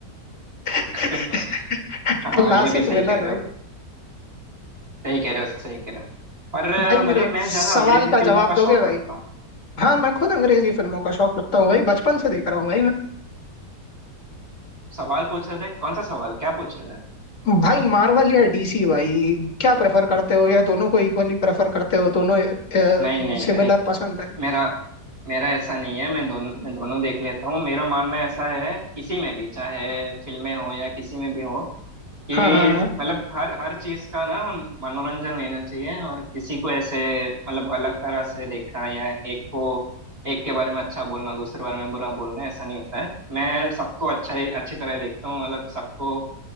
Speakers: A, on the left; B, on the right.
A: <laughs>
B: <laughs> हाँ
A: क्लासिक
B: ये भी सही
A: विलन
B: कह रहे
A: भाई
B: हो सही कह रहे हो सही कह रहे हो पर अ,
A: भाई मेरे
B: मतलब मैं
A: सवाल
B: ज्यादा अंग्रेजी
A: का
B: फिल्मों
A: जवाब
B: का
A: दोगे
B: शौक
A: भाई
B: रखता हूँ
A: हाँ मैं खुद अंग्रेजी फिल्मों का शौक रखता हूँ भाई बचपन से देख रहा हूँ भाई मैं
B: सवाल पूछ रहे थे कौन सा सवाल क्या पूछ रहे थे
A: भाई मार्वल या डीसी भाई क्या प्रेफर करते हो या दोनों को इक्वली प्रेफर करते हो दोनों सिमिलर
B: नहीं नहीं भाई
A: पसंद है
B: मेरा मेरा ऐसा नहीं है मैं दोनों मैं दोनों देख लेता हूँ मेरा मानना ऐसा है किसी में भी चाहे फिल्में हो या किसी में भी हो कि
A: हाँ हाँ हाँ।
B: मतलब हर हर चीज का ना हम मनोरंजन लेना चाहिए और किसी को ऐसे मतलब अलग तरह से देखना या एक को एक के बारे में अच्छा बोलना दूसरे बारे में बुरा बोलना ऐसा नहीं होता है मैं सबको अच्छा ही अच्छी तरह देखता हूँ मतलब सबको